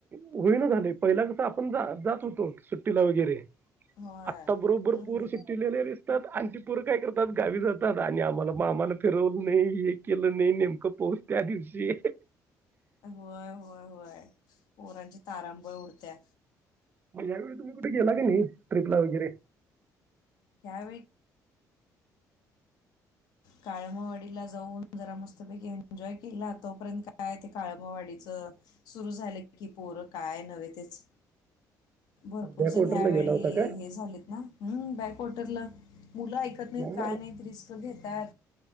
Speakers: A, on the right; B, on the left.
A: होईना झाले पहिला कस पण जात होतो सुट्टीला वगैरे
B: होय
A: आत्ता बरोबर
B: हम्म.
A: पूर सुट्टीलेले दिसतात आणटी पूर काय करतात गावी जातात आणि आम्हाला मामाला फिरवलं नाही हे केलं नाही नेमकं पोहच त्या दिवशी
B: होय होय होय पोरांची तारांबळ उरत्या
A: मण्या वेळी तुम्ही कुठे गेला क नाही ट्रिपला वगैरे
B: ह्यावेळी काळमावाडीला जाऊन जरा मस्तपैकी एन्जॉय केला तोपर्यंत काय ते काळमावाडीच सुरू झालं की पोरं काय नव्हे तेच भरपूर
A: या
B: जण
A: क्वार्टरला
B: ह्यावेळी
A: गेला होता काय?
B: हे झालेत ना ह् बॅकवाटरला मुलं ऐकत नाहीत
A: नाही
B: काय नाहीत रिस्त घेत त्या